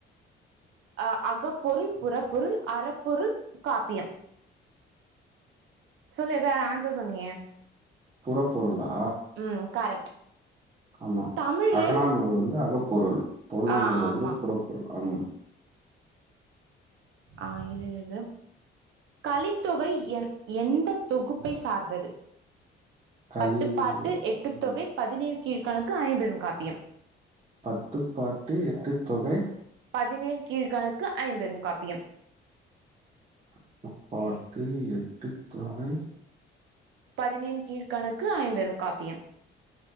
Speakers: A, on the right; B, on the right.
A: ஆ அகப்பொருள் புறப்பொருள் அறப்பொருள் காப்பியம் சொல்லு எதோ ஆ ஆன்சர் சொன்னீயே
B: புறப்பொருளா
A: ம் கரெக்ட்
B: ஆமா
A: தமிழின்
B: அகநானூறு வந்து அகப்பொருள் புறனானூறு
A: ஆ ஆமா
B: வந்து புறப்பொருள் ஆமா
A: ஆ இது இது களித்தொகை எந் எந்த தொகுப்பை சார்ந்தது
B: களி
A: பத்துபாட்டு எட்டுதொகை
B: ம்
A: பதினேழு கீழ்கணக்கு ஐம்பெறும் காப்பியம்
B: பத்துப்பாட்டு எட்டுத்தொகை
A: பதினேழு கீழ்கணக்கு ஐம்பெரும் காப்பியம்
B: த்துப்பாட்டு எட்டுத்தொகை
A: பதினேழு கீழ்கணக்கு ஐம்பெரும் காப்பியம்